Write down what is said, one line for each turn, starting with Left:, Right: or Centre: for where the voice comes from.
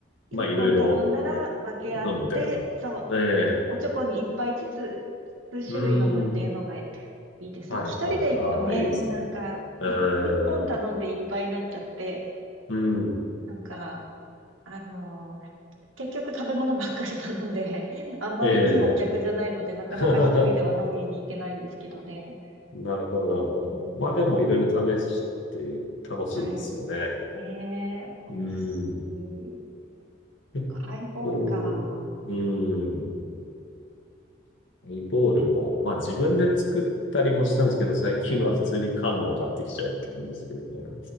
Right: 一本頼んだら分け合って、
Left: まあ、いろいろ飲むって感じ。
Right: そう、
Left: ええ。
Right: おちょこに一杯ずつ、数種類飲むっていうのがい
Left: うーん。
Right: いですね。
Left: はいはい。
Right: 一人で行くとね、
Left: ああ、いいですね。
Right: なんか、
Left: うーん。
Right: い一本頼んでいっぱいになっちゃって、
Left: うん。
Right: なんか、あのー結局食べ物ばっかり頼んで、<laughs> あんまりいいお客じゃないので、
Left: ええ。
Right: なかなか一人では飲みに行けないんですけどね。
Left: <laughs> なるほど、なるほど。
Right: うーん、
Left: まあでもいろいろ試して楽しいですよね。
Right: はい。えー、
Left: うーん。
Right: 美味しい。
Left: 結
Right: ハイボールか。
Left: 構、うーん。ハイボールも、まあ自分で作ったりもしたんですけど、最近は普通に缶のを買ってきちゃうって感じですけどね。
Right: うん